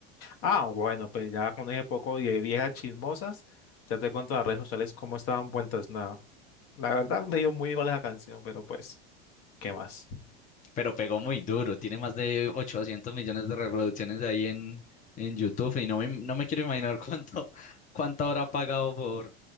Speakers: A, on the left; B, on the left.
A: Ah, bueno, pues ya con ese poco de viejas chismosas, ya te cuento las redes sociales cómo estaban vueltas nada. La verdad me dio muy igual esa canción, pero pues, ¿qué más?
B: Pero pegó muy duro, tiene más de 800 millones de reproducciones ahí en, en YouTube y no me, no me quiero imaginar cuánto, <laughs> cuánto habrá pagado por,